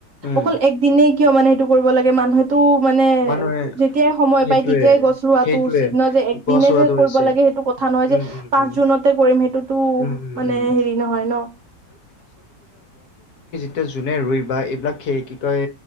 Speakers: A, on the left (about 65°); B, on the right (about 60°).
A: উম
B: অকল এক দিনে কিয় মানে, কৰিব লাগে মানুহে, টো মানে
A: মানুহে
B: যেতিয়াই। সময়
A: সেইটোৱে
B: পাই তেতিয়াই গছ ৰুৱাটো
A: সেইটোৱে
B: উচিত ন যে একদিনে
A: গছ ৰোৱাটো
B: যে কৰিব
A: উচিত
B: লাগে সেইটো কথা নহয়
A: উম
B: যে
A: উম
B: পাঁচ
A: উম
B: জুনতে কৰিম সেইটোতো
A: উম উম
B: মানে
A: উম
B: হেৰি নহয় ন'।
A: এতিয়া যোনে ৰুই বা এইবিলাক ক্ষে কি কয়